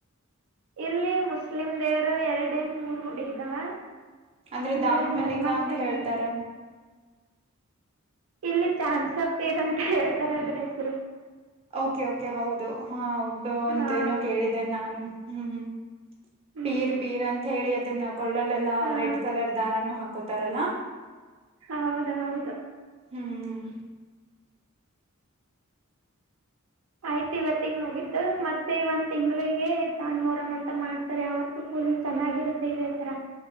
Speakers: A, on the right; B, on the right.
A: ಇಲ್ಲಿ ಮುಸ್ಲಿಮ ದೇವರು ಎರಡೇ ಮೂರು ಹುಡಿ ಇದ್ದಾವ
B: ಅಂದ್ರೆ
A: ಆಮೇಲೆ
B: ದಾವಲ್ ಮಲ್ಲಿಕಾ
A: ಹನುಮಾನ್
B: ಅಂತ
A: ಟೆಂಪಲ್
B: ಹೇಳ್ತಾರ
A: ಇಲ್ಲಿ ಚಾನ್ಸರಂತ ಹೇಳ್ತಾರೆ ಅದ್ರ ಹೆಸರು
B: ಓಕೆ ಓಕೆ ಹೌದು ಹಾ ಒಬ ಒಂದೇನೋ
A: ಹಾ
B: ಕೇಳಿದ್ದೇನೆ ನಾನು ಹ್ಮ್
A: ಹ್ಮ್
B: ಪೀರ್ ಪೀರ್ ಅಂತ ಹೇಳಿ ಅದನ್ನ ಕೊಳ್ಳಲೆಲ್ಲಾ
A: ಹಾ
B: ರೆಡ್ ಕಲರ್ ದಾರನು ಹಾಕೋತಾರಲ್ಲಾ
A: ಹೌದ ಹೌದು
B: ಹ್ಮ್
A: ಆಯ್ತ ಇವತ್ತುಗ ನಗತ್ತು ಮತ್ ಮತ್ತೆ ಒಂದ್ ತಿಂಗಳಿಗೆ ದನ್ ಮೋರಮ್ ಅಂತ ಮಾಡ್ತಾರೆ ಅವತ್ತು ಫುಲ್ ಚೆನ್ನಾಗಿರುತ್ತೆ ಇದೇ ತರ